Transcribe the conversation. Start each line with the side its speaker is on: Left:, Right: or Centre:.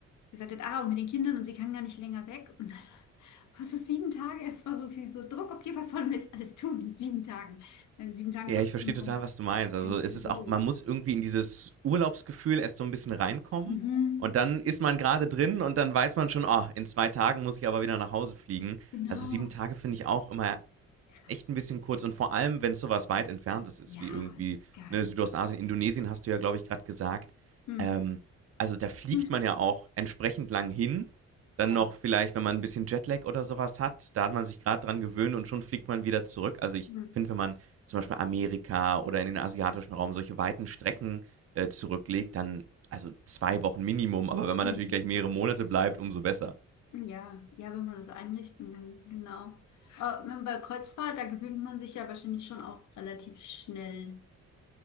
Left: gesagt hat, ah, und mit den Kindern und sie kann gar nicht länger weg. Und dann, <laughs> was ist sieben Tage? Es war so viel so Druck, okay, was sollen wir jetzt alles tun in sieben Tagen? Und in sieben Tagen
Right: Ja,
Left: kommt
Right: ich verstehe
Left: man
Right: total, was du meinst. Also
Left: gar nicht
Right: es
Left: zur
Right: ist
Left: Ruhe.
Right: auch, man muss irgendwie in dieses Urlaubsgefühl erst so ein bisschen reinkommen
Left: Mhm,
Right: und dann ist man gerade drin und dann weiß man schon, oh, in zwei Tagen muss ich aber wieder nach Hause fliegen.
Left: genau.
Right: Also sieben Tage finde ich auch immer
Left: Krass.
Right: echt ein bisschen kurz. Und vor allem, wenn es sowas weit entferntes ist,
Left: Ja,
Right: wie irgendwie
Left: geht gar
Right: ne,
Left: nicht.
Right: Südostasien, Indonesien, hast du ja, glaube ich, gerade gesagt.
Left: Hm.
Right: Ähm, also da fliegt
Left: <clears throat>
Right: man ja auch entsprechend lang hin. Dann
Left: Ja.
Right: noch vielleicht, wenn man ein bisschen Jetlag oder sowas hat, da hat man sich gerade dran gewöhnt und schon fliegt man wieder zurück. Also ich
Left: Hm.
Right: finde, wenn man zum Beispiel Amerika oder in den asiatischen Raum solche weiten Strecken äh, zurücklegt, dann also zwei Wochen Minimum. Aber wenn man
Left: Hm.
Right: natürlich gleich mehrere Monate bleibt, umso besser.
Left: Ja, ja, wenn man das einrichten kann, genau. Aber wenn- bei Kreuzfahrt, da gewöhnt man sich ja wahrscheinlich schon auch relativ schnell.